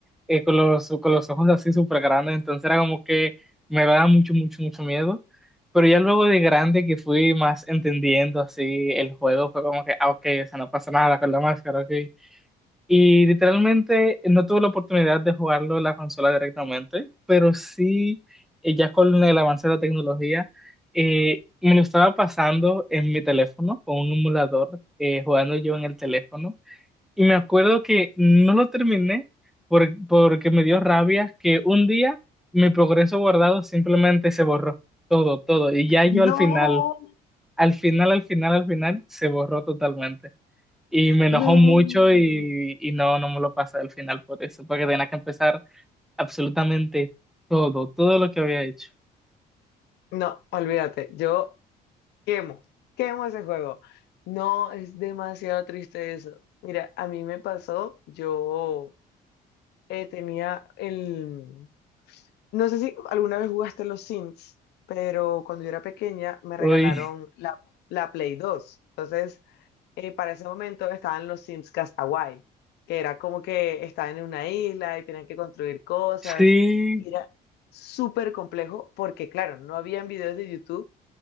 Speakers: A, in the centre; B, on the left.
A: eh, con los, con los ojos así súper grandes, entonces era como que me daba mucho, mucho, mucho miedo. Pero ya luego de grande que fui más entendiendo así el juego, fue como que, ah, ok, o sea, no pasa nada con la máscara, ok. Y literalmente no tuve la oportunidad de jugarlo en la consola directamente, pero sí, eh, ya con el avance de la tecnología, eh, me lo estaba pasando en mi teléfono con un emulador, eh, jugando yo en el teléfono. Y me acuerdo que no lo terminé por- porque me dio rabia que un día mi progreso guardado simplemente se borró, todo, todo. Y ya yo
B: No,
A: al final, al final, al final, al final, se borró totalmente. Y me enojó
B: no,
A: mucho y, y no, no me lo pasé al final por eso, porque tenía que empezar absolutamente todo, todo lo que había hecho.
B: no, olvídate, yo quemo, quemo ese juego. No, es demasiado triste eso. Mira, a mí me pasó, yo eh, tenía el, no sé si alguna vez jugaste los Sims, pero cuando yo era pequeña me regalaron
A: Uy,
B: la, la Play dos Entonces, eh, para ese momento estaban los Sims Castaway, que era como que estaban en una isla y tenían que construir cosas.
A: <laughs> sí,
B: Y era súper complejo porque, claro, no habían videos de YouTube